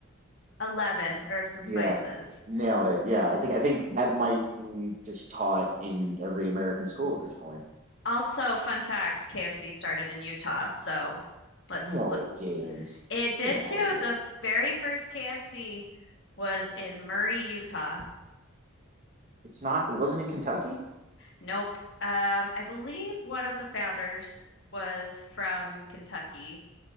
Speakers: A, on the left; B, on the right.
A: 11 herbs and
B: Yeah,
A: spices.
B: nailed it. Yeah, I think I think that might be just taught in every American school at this point.
A: Also, fun fact, KFC started in Utah. So, let's
B: No,
A: look.
B: it didn't.
A: It did
B: Get out
A: too.
B: of here.
A: The very first KFC was in Murray, Utah.
B: It's not. It wasn't in Kentucky,
A: Nope. Um, I believe one of the founders was from Kentucky.